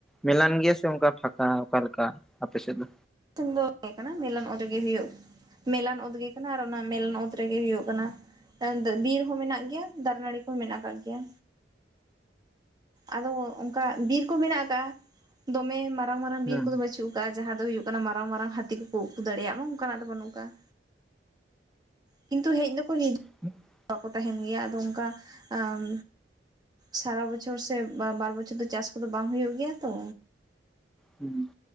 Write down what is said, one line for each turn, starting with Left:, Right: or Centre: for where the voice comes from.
Centre: ᱢᱮᱞᱟᱱ ᱜᱮᱭᱟ ᱥᱮ ᱚᱱᱠᱟ ᱯᱷᱟᱠᱟ ᱚᱠᱟ ᱞᱮᱠᱟ ᱟᱯᱮ ᱥᱮᱫ ᱫᱚ?
Right: ᱛᱤᱧ ᱫᱚ ᱛᱟᱦᱮᱸ ᱠᱟᱱᱟ ᱢᱮᱤᱞᱚᱱ ᱚᱸᱰᱮ ᱜᱮ ᱦᱩᱭᱩᱜ ᱢᱮᱞᱟᱱ ᱚᱫᱽ ᱜᱮ ᱠᱟᱱᱟ ᱟᱨ ᱚᱱᱟ ᱢᱮᱞᱟᱱ ᱚᱛ ᱨᱮᱜᱮ ᱦᱩᱭᱩᱜ ᱠᱟᱱᱟ᱾ <unintelligible> ᱵᱤᱨ ᱦᱚᱸ ᱢᱮᱱᱟᱜ ᱜᱮᱭᱟ, ᱫᱟᱨᱮ ᱱᱟᱹᱲᱤ ᱠᱚᱦᱚᱸ ᱢᱮᱱᱟᱜ ᱠᱟᱜ ᱜᱮᱭᱟ᱾ ᱟᱫᱚ ᱚᱱᱠᱟ ᱵᱤᱨᱠᱚ ᱢᱮᱱᱟᱜ ᱟᱠᱟᱫ-ᱟ, ᱫᱚᱢᱮ ᱢᱟᱨᱟᱝ ᱢᱟᱨᱟᱝ
Centre: ᱦᱩᱸ
Right: ᱵᱤᱨ ᱠᱚᱫᱚ ᱵᱟᱹᱪᱩᱜ᱾ ᱚᱠᱟ ᱡᱟᱦᱟᱸ ᱫᱚ ᱦᱩᱭᱩᱜ ᱠᱟᱱᱟ ᱢᱟᱨᱟᱝ ᱢᱟᱨᱟᱝ ᱦᱟᱹᱛᱤ ᱠᱚᱠᱚ ᱩᱠᱩ ᱫᱟᱲᱮᱭᱟᱜ ᱢᱟ ᱚᱱᱠᱟᱱᱟᱜ ᱫᱚ ᱵᱟᱹᱱᱩᱜ ᱠᱟᱜᱼᱟ᱾ ᱠᱤᱱᱛᱩ ᱦᱮᱡ ᱫᱚᱠᱚ ᱦᱤᱡ
Centre: <inaudible>
Right: ᱵᱟᱠᱚ ᱛᱟᱦᱮᱱ ᱜᱮᱭᱟ ᱟᱫᱚ ᱚᱱᱠᱟ ᱟᱢ ᱥᱟᱨᱟ ᱵᱚᱪᱷᱚᱨ ᱥᱮ ᱵᱟᱨ ᱵᱟ-ᱵᱚᱪᱷᱚᱨ ᱫᱚ ᱪᱟᱥ ᱠᱚᱫᱚ ᱵᱟᱝ ᱦᱩᱭᱩᱜᱭ ᱜᱮᱭᱟ ᱛᱚ᱾
Centre: ᱦᱩᱸ᱾